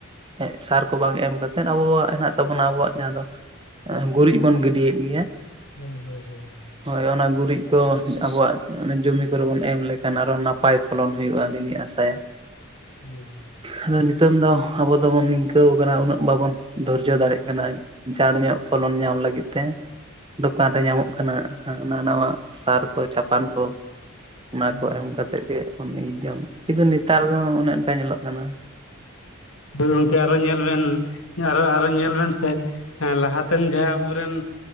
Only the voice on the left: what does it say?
ᱦᱳᱭ ᱦᱳᱭ ᱦᱳᱭ ᱾
ᱦᱩᱸ᱾
ᱦᱩᱸ
ᱦᱩᱸ
ᱫᱚ ᱜᱚᱝᱠᱮ ᱟᱨᱚ ᱧᱮᱞ ᱵᱮᱱ ᱾ ᱟᱨᱚ ᱟᱨᱚ ᱧᱮᱞ ᱵᱮ ᱥᱮ ᱞᱟᱦᱟᱛᱮᱱ ᱡᱟᱦᱟᱸ ᱟᱵᱚᱨᱮᱱ